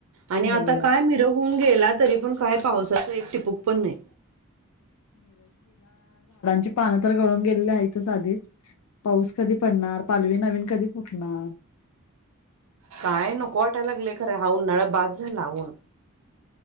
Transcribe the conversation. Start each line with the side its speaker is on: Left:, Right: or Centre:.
Right: आणि
Left: होय
Right: आ तर
Left: होय
Right: काय <unintelligible> गेला तरी पण काय पावसाचा एक टपूक पण नाही.
Left: ती पानं तर गळून गेलेली हाईतच आधीच पाऊस कधी पडणार पालवी नवीन कधी फुटणार.
Right: काय नको वाटाय लागलल खरं हा उन्हाळा बास झाला आव